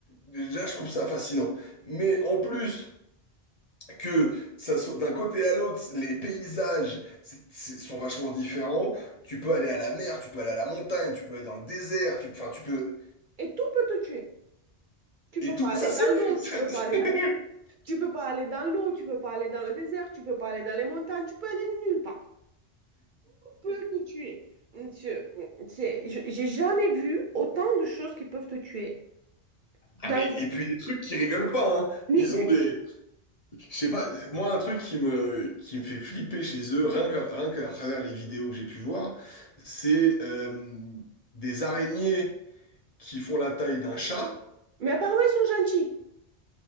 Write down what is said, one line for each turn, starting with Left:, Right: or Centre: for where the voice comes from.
Left: Déjà, je trouve ça fascinant. Mais en plus que ça soit d'un côté à l'autre, les paysages c'est- c'est- sont vachement différents. Tu peux aller à la mer, tu peux aller à la montagne, tu peux aller dans le désert, tu, enfin, tu peux.
Right: Et tout peut te tuer. Tu
Left: Et
Right: peux
Left: tout,
Right: pas
Left: ça
Right: aller dans
Left: c'est vrai.
Right: l'eau, tu peux pas aller dans
Left: <laughs>
Right: Tu peux pas aller dans l'eau, tu peux pas aller dans le désert, tu peux pas aller dans les montagnes, tu peux aller nulle part. Peu te tuer. Je- c'est- je- J'ai jamais vu autant de choses qui peuvent te tuer. Dans-
Left: Ah mais et puis des trucs qui rigolent pas, hein.
Right: Mais,
Left: Ils ont des, Je sais pas, moi un truc qui me, qui me fait flipper chez eux, rien que, rien qu'à travers les vidéos que j'ai pu voir, c'est euh, des araignées qui font la taille d'un chat.
Right: mais apparemment, ils sont gentils.